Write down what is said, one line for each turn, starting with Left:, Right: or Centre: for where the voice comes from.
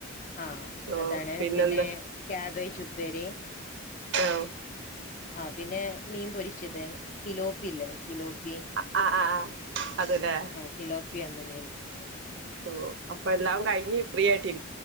Left: ആ
Right: ഓ
Left: അതാണ്
Right: പിന്നെന്താ
Left: പിന്നെ ക്യാബേജ് ഉപ്പേരി
Right: <unintelligible>
Left: ആ പിന്നെ മീൻ പൊരിച്ചത് തിലോപ്പില്ലേ തിലോപ്പി
Right: അ അ ആ അത് ലേ
Left: തിലോപ്പി ഇന്ന് മീൻ ഓ
Right: ഓ അപ്പൊ എല്ലാം കഴിഞ്ഞ് ഫ്രീ ആയിട്ടിരി